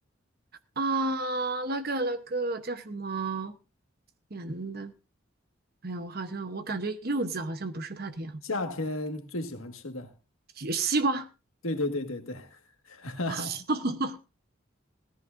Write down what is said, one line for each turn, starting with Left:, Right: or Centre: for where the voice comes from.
Right: 啊，那个那个叫什么甜的？哎呀，我好像我感觉柚子好像不是太甜，
Left: 夏天最喜欢吃的。
Right: 西西瓜。
Left: 对对对对对，<laughs> 哈哈，
Right: <laughs>